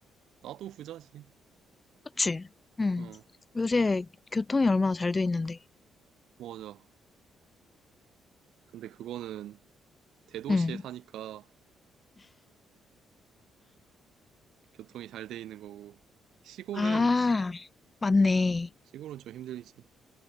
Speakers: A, on the right; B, on the left.
A: 나도 후자지.
B: 그치? 응.
A: 어,
B: 요새 교통이 얼마나 잘 돼 있는데.
A: 맞아. 근데 그거는 대도시에
B: 응.
A: 사니까 교통이 잘 돼 있는 거고. 시골은,
B: 아, 맞네.
A: 시골은 좀 힘들지.